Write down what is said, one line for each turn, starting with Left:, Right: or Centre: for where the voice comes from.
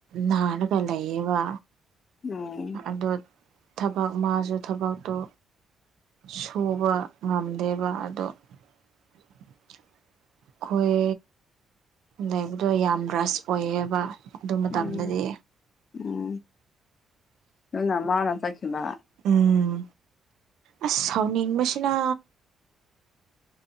Right: ꯅꯥꯔꯒ ꯂꯩꯌꯦꯕ
Left: ꯎꯝ
Right: ꯑꯗꯣ ꯊꯕꯛ ꯃꯥꯁꯨ ꯊꯕꯛꯇꯣ ꯁꯨꯕ ꯉꯝꯗꯦꯕ ꯑꯗꯣ <inaudible> ꯑꯩꯈꯣꯏ ꯂꯩꯕꯗꯣ ꯌꯥꯝ ꯔꯁ ꯑꯣꯏꯌꯦꯕ ꯑꯗꯨ ꯃꯇꯝꯗꯗꯤ
Left: ꯎꯝ ꯎꯝ ꯑꯗꯨꯅ ꯃꯥꯅ ꯆꯠꯈꯤꯕ
Right: ꯎꯝ ꯑꯁ ꯁꯥꯎꯅꯤꯡꯕꯁꯤꯅ